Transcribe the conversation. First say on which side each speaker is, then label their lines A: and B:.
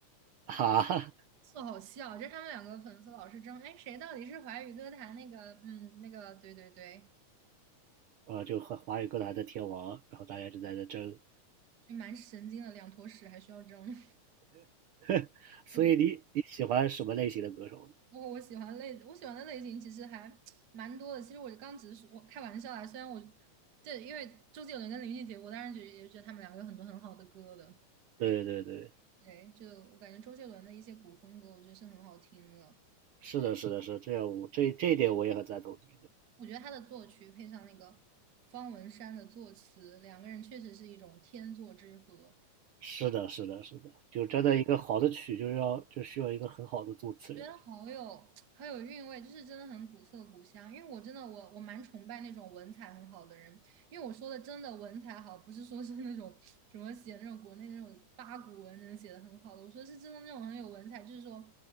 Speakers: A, on the right (about 85°); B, on the right (about 60°).
A: 啊，
B: 特好笑。就是他们两个粉丝老是争，哎，谁到底是华语歌坛那个嗯那个，对对对，
A: 呃，就和华语歌坛的天王，然后大家就在那争。
B: 就蛮神经的，两坨屎还需要争。
A: <laughs> 所以你你喜欢什么类型的歌手呢？
B: <laughs> 我我喜欢类我喜欢的类型其实还 <tsk> 蛮多的。其实我刚只是说我开玩笑啦，虽然我对，因为周杰伦跟林俊杰，我当然觉得也觉得他们两个有很多很好的歌的。
A: 对对对，
B: 对，就我感觉周杰伦的一些古风歌，我觉得是很好听的。
A: 是的，是的，是的这样我这这一点我也很赞同你。
B: 我觉得他的作曲配上那个方文山的作词，两个人确实是一种天作之合。
A: 是的，是的，是的，就真的一个好的曲，就是要就需要一个很好的作词人。
B: 觉得好有好有韵味，就是真的很古色古香。因为我真的我我蛮崇拜那种文采很好的人，因为我说的真的文采好，不是说是那种什么写那种国内那种八股文能写的很好的，我说是真的那种很有文采，就是说，